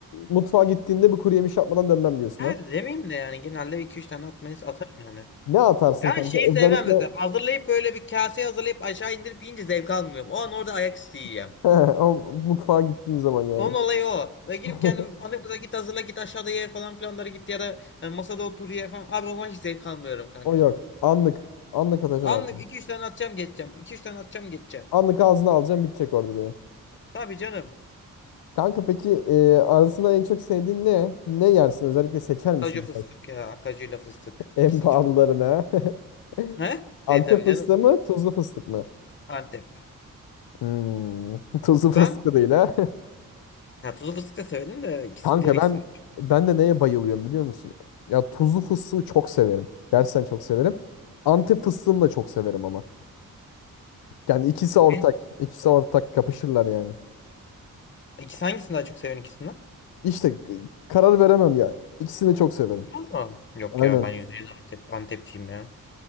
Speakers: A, on the left; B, on the left.
A: mutfağa gittiğinde bir kuru yemiş yapmadan dönmem diyorsun
B: Her
A: ha.
B: demeyeyim de yani genelde iki üç tane atmayı atarım yani.
A: Ne atarsın
B: Yani
A: kanka?
B: şeyi
A: Özellikle
B: sevmem mesela hazırlayıp böyle bir kaseye hazırlayıp aşağı indirip yiyince zevk almıyorum. O an orada ayak üstü yiyeceğim.
A: <laughs> o mutfağa gittiğin zaman yani.
B: Onun olayı o. Ve girip
A: <laughs>
B: kendim annem kıza git hazırla git aşağıda ye falan filanları git ya da hani masada otur ye falan. Abi ama hiç zevk almıyorum kanka.
A: O yok. Anlık. Anlık atacaksın
B: Anlık
A: abi.
B: iki üç tane atacağım geçeceğim. 2 üç tane atacağım geçeceğim.
A: Anlık ağzına alacaksın bitecek orada diyorsun.
B: Tabii canım.
A: Kanka peki e, arasında en çok sevdiğin ne? Ne yersin? Özellikle seçer misin
B: Kaju
A: mesela?
B: fıstık ya. Kajuyla fıstık.
A: En
B: İkisini
A: pahalılarına.
B: çok
A: <laughs>
B: He?
A: Antep
B: E tabii
A: fıstığı
B: canım.
A: mı? Tuzlu fıstık mı?
B: Antep.
A: Hmm, <laughs> tuzlu
B: Sen?
A: fıstık da değil ha. <laughs>
B: Ha, tuzlu fıstık da severim de ikisini
A: Kanka
B: diğer ikisini
A: ben
B: de çok severim.
A: ben de neye bayılıyorum biliyor musun? Ya tuzlu fıstığı çok severim. Gerçekten çok severim. Antep fıstığını da çok severim ama. Yani ikisi ortak.
B: Hı?
A: İkisi ortak kapışırlar yani.
B: İkisi hangisini daha çok seviyorsun ikisinden?
A: İşte k- karar veremem ya. İkisini de çok severim.
B: Valla. Yok
A: Aynen.
B: ya ben %100 Antep, Antepçiyim ya.